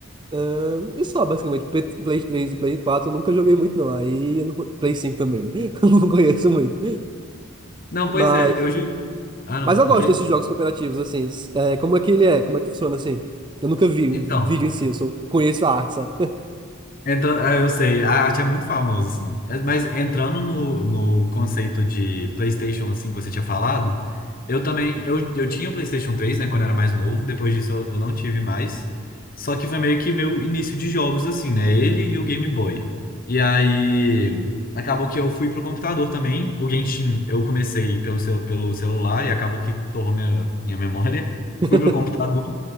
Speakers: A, on the right (about 20°); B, on the left (about 45°).
A: ahn, e só, basicamente. P- Play 3 e Play 4 eu nunca joguei muito, não. Aí eu não, co- Play 5 também, né? <laughs> Eu não conheço muito.
B: Não, pois
A: Mas,
B: é. Eu joguei. Ah, não,
A: mas
B: o
A: eu gosto
B: quê?
A: desses jogos cooperativos, assim. s- É, como é que ele é? Como é que funciona assim? Eu nunca vi um
B: Então.
A: vídeo em si, eu só conheço a arte, sabe?
B: Entrando, ah, eu sei, a arte é muito famosa, assim. É, Mas entrando no, no conceito de PlayStation, assim, que você tinha falado, eu também, eu, eu tinha PlayStation três né, quando eu era mais novo, depois disso eu, eu não tive mais. Só que foi meio que meu início de jogos, assim, né, ele e o Game Boy. E aí, acabou que eu fui pro computador também, o Genshin eu comecei pelo, cel, pelo celular e acabou que torrou minha, minha memória.
A: <laughs>
B: Fui pro computador